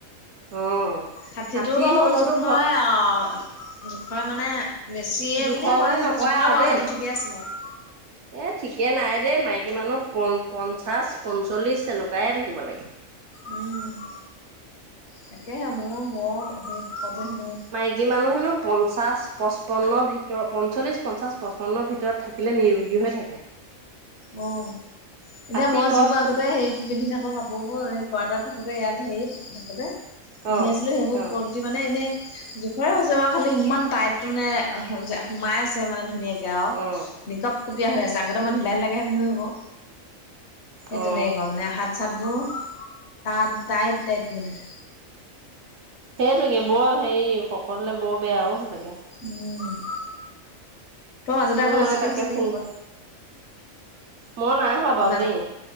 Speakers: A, on the right; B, on the left.
A: অ।
B: ষাঠিটো
A: ষাঠি
B: বাৰু
A: হলতো
B: জোখৰে
A: ভ
B: আও। অ জোখৰে মানে বেছিয়ে
A: জোখৰ
B: বুলিয়ে কয়
A: বুলি
B: য
A: নকয়
B: জোখৰে
A: আৰু
B: বাৰু
A: দেই
B: সেইটো ঠিকে আছে বাৰু।
A: এ ঠিকে নাই দেই মাইকী মানুহ প পঞ্চাশ পঞ্চল্লিশ এনেকুৱাইে থাকিব লাগে।
B: উম, তাকেহে মই বৰ সেই শকতে হেনো।
A: মাইকী মানুহ হেনো পঞ্চাছ পঁচপন্নৰ ভিতৰত পঞ্চল্লিছ পঞ্চাছ পঁচপন্নৰ ভিতৰত থাক কিলে নিৰোগী হৈ থাকে।
B: অ',
A: ষাঠি
B: এতিয়া মই
A: ক্ৰচ
B: যিবোৰ আগতে হেৰিত পিন্ধি থাকো কাপ <unintelligible> কুৱাতাত থাকোতে ইয়াত হেৰিত, থাকোতে পিন্ধি
A: অ
B: আছিলো সেইবোৰ
A: অ
B: আজি মানে এনে জোখৰে হৈছে বাৰু খালি ইমান টাইট মানে, <unintelligible> সোমাই আছে মানে ধুনীয়াকে। আৰু,
A: অ
B: নিকপ কুপিয়া হৈ আছে, আগতে ঢিলা ঢিলাকেহে পিন্ধো সেইবোৰ। সেই
A: অ
B: তেনেকোৱা মানে হাত চাতবোৰ, তাত টাইট টাইট মানে।
A: সেইটোকে বৰ হেৰি শকত হ'লে বৰ বেয়া অ' সচাকে।
B: উম', তই মাজতে
A: মোৰ
B: আকৌ
A: মানে
B: বেছিকে
A: তাকে
B: হৈছিলি
A: চিন
B: শকত।
A: মই নাই হোৱা বাৰু
B: না
A: দেই।